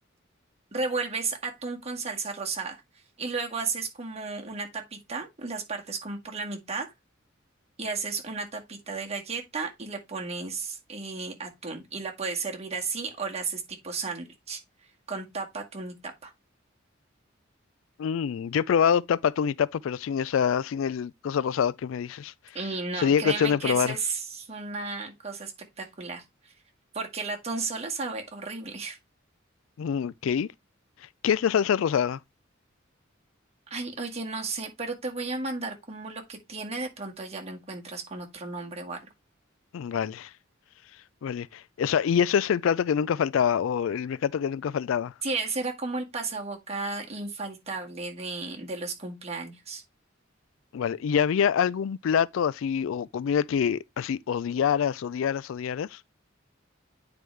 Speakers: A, on the right (about 30°); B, on the left (about 75°).
A: revuelves atún con salsa rosada. Y luego haces como una tapita, las partes como por la mitad, y haces una tapita de galleta y le pones eh, atún. Y la puedes servir así o la haces tipo sándwich, con tapa, atún y tapa.
B: Mm, yo he probado tapa atún y tapa, pero sin esa, sin el cosa rosada que me dices.
A: Y no,
B: Sería
A: créeme
B: cuestión de
A: que
B: probar.
A: eso es una cosa espectacular, porque el atún solo sabe horrible.
B: Mm, ok. ¿Qué es la salsa rosada?
A: Ay, oye, no sé, pero te voy a mandar como lo que tiene, de pronto ya lo encuentras con otro nombre o algo.
B: Mm, Vale, vale. O sea, y eso es el plato que nunca faltaba, o el mecato que nunca faltaba.
A: Sí, ese era como el pasaboca infaltable de, de los cumpleaños.
B: Vale. ¿Y había algún plato así, o comida que así odiaras, odiaras, odiaras?